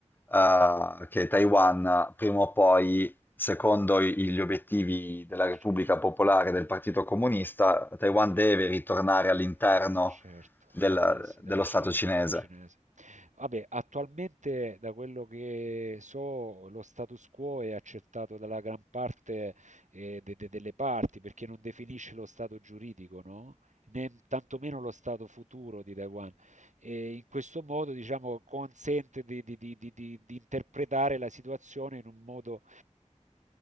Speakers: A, on the left; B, on the right.
A: eh, che Taiwan prima o poi, secondo i- gli obiettivi della Repubblica
B: Cioè,
A: Popolare e del Partito Comunista,
B: Eh,
A: Taiwan
B: eh, vi-
A: deve
B: eh,
A: ritornare all'interno
B: Certo,
A: del-
B: Annes
A: dello
B: della Cina,
A: Stato cinese.
B: cinese. Vabbè, attualmente da quello che so, lo status quo è accettato dalla gran parte eh, de- de- delle parti perché non definisce lo stato giuridico, no? Né tantomeno lo stato futuro di Taiwan. E in questo modo, diciamo, consente di, di- di- di- di- di interpretare la situazione in un modo